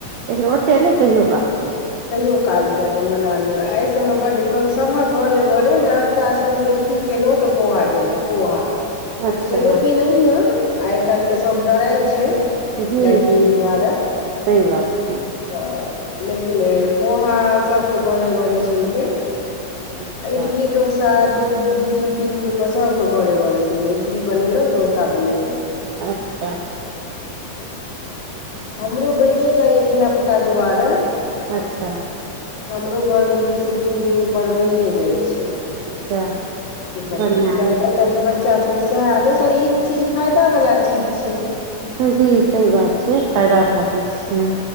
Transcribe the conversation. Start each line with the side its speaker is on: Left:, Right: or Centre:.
Right: लेकिन ओते नहि कहियो काल
Left: कहियो कालके अपन बना लेलव एहि सभमे बड्ड सभक घरे घरे नास्ता सुनबै की केलहुँ तऽ पोहा जलेबी पोहा
Right: अच्छा
Left: जलेबी नहियो आइ काल्हि तऽ सभ डराइ छैय।
Right: जी
Left: डायबिटीज
Right: जी
Left: द्वारे
Right: सही बात छै
Left: तऽ लेकिन पोहा सभके घरे घरे सुनबै
Right: अच्छा
Left: इडली डोसा दो दू दिन तीन दिन बसके घरे घरे सुनब इडली बनेलहुं डोसा बनेलहुं।
Right: अच्छा
Left: हमरो बईने जाइए धियापुता दुआरे।
Right: अच्छा
Left: हमरो घरमे दू सँ तीन दिन परवैने जाइत छै
Right: अच्छा
Left: इसभ
Right: बढ़िआँ
Left: चीज तऽ
Right: अछि
Left: आइ काल्हिके बच्चा सभके सेहै दोसर ई चीज फायदा बला चीज छै
Right: हँ जी सही बात छै फायदवला चीज छै